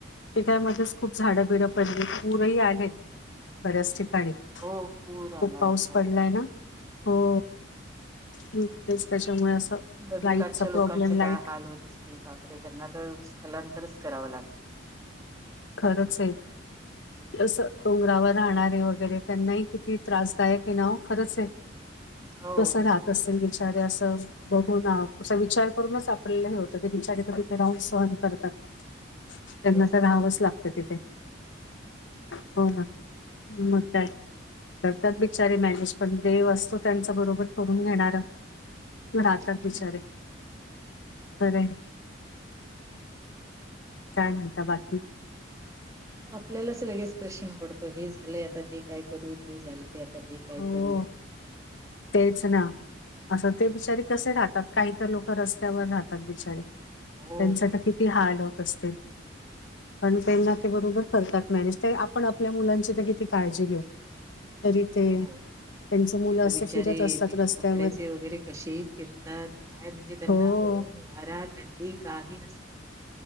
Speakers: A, on the left; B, on the right.
A: पिकयमध्येच खूप झाडं बिडं पडली, पूरही आलेत. बऱ्याच ठिकाणी
B: हो
A: खूप
B: पूर आलाय
A: पाऊस
B: हो
A: पडलाय ना. हो. हं, तेच त्याच्यामुळे असं
B: नदीकाठच्या
A: लाईटचा
B: लोकांचे
A: प्रॉब्लेम लाईट
B: काय हाल होत असतील त्यांना तर स्थलांतरच करावं लाग
A: खरंचे. <unintelligible> डोंगरावर राहणारे वगैरे, त्यांनाही किती त्रासदायक आहे ना वो, खरंचे.
B: हो
A: कस राहत असेल बिचारे असं? बघू ना, असा विचार करूनच आपल्याला हे होतं. ते बिचारे तर तिथे राहून सहन करतात. त्यांना
B: तेच
A: तर
B: ना
A: राहावंच लागत तिथे. हो ना. मग काय करतात बिचारे मॅनेज पण देव असतो त्यांच बरोबर करून घेणारं. राहतात
B: हम्म
A: बिचारे बरंय काय म्हणता बाकी?
B: आपल्यालाच लगेच प्रश्न पडतो हे झालंय आता ते काय करू ते झालंय आता हे काय
A: हो
B: करू
A: तेच ना असं ते बिचारे कसे राहतात काही तर लोक रस्त्यावर राहतात बिचारे त्यांचे
B: हो
A: तर किती हाल होत असतील पण
B: तेच
A: त्यांना
B: नाही
A: ते बरोबर करतात मॅनेज तर आपण आपल्या मुलांची तर किती काळजी घेऊ तरी ते
B: हो
A: त्यांचे मुलं
B: ते तर
A: असे
B: बिचारे
A: फिरत
B: बिना
A: असतात रस्त्यावर.
B: कपड्याचे वगैरे कसे फिरतात काय म्हणजे त्यांना
A: हो,
B: ऊन वारा थंडी काही नसतं.